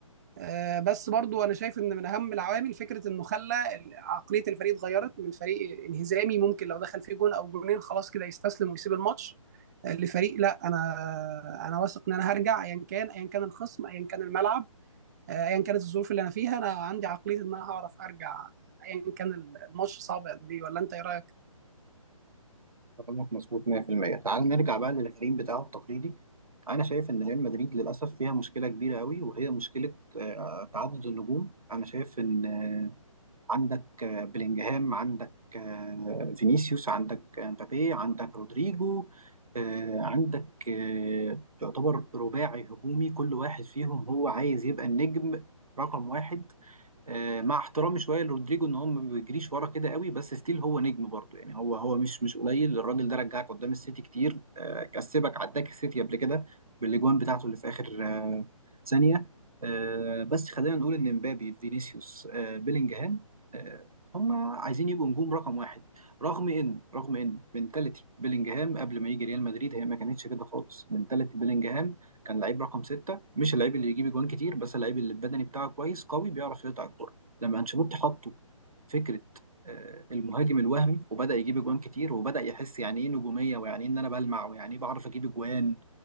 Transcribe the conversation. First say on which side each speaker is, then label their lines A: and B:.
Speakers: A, on the right (about 30°); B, on the right (about 85°).
A: آه، بس برضو انا شايف ان من اهم العوامل فكره انه خلى ال- عقليه الفريق اتغيرت من فريق انهزامي ممكن لو دخل فيه جون او جونين خلاص كده يستسلم ويسيب الماتش آه، لفريق لا انا انا واثق ان انا هرجع ايا كان ايا كان الخصم ايا كان الملعب آه، ايا كانت الظروف اللي انا فيها انا عندي عقليه ان انا هعرف ارجع ايا كان الماتش صعب قد ايه ولا انت ايه رايك؟
B: كلامك مظبوط 100% تعال نرجع بقى للغريم بتاعه التقليدي انا شايف ان ريال مدريد للاسف فيها مشكله كبيره قوي وهي مشكله آه، تعدد النجوم انا شايف ان آه، عندك آه، بلينجهام عندك آه، فينيسيوس عندك آه، مبابي عندك رودريجو آه، عندك آه، يعتبر رباعي هجومي كل واحد فيهم هو عايز يبقى النجم رقم واحد آه، مع احترامي شويه لرودريجو ان هو ما بيجريش ورا كده قوي بس ستيل هو نجم برضه يعني هو هو مش مش قليل الراجل ده رجعك قدام السيتي كتير آه، كسبك عداك السيتي قبل كده بالاجوان بتاعته اللي في اخر آه، ثانيه آه، بس خلينا نقول ان مبابي فينيسيوس آه، بيلينجهام آه، هم عايزين يبقوا نجوم رقم واحد رغم ان رغم ان منتاليتي بيلينجهام قبل ما يجي ريال مدريد هي ما كانتش كده خالص منتاليتي بيلينجهام كان لعيب رقم ستة مش اللعيب اللي يجيب اجوان كتير بس اللعيب اللي البدني بتاعه كويس قوي بيعرف يقطع الكرة لما انشيلوتي حطه فكرة آه، المهاجم الوهمي وبدأ يجيب اجوان كتير وبدأ يحس يعني ايه نجومية ويعني ايه ان انا بلمع ويعني ايه بعرف اجيب اجوان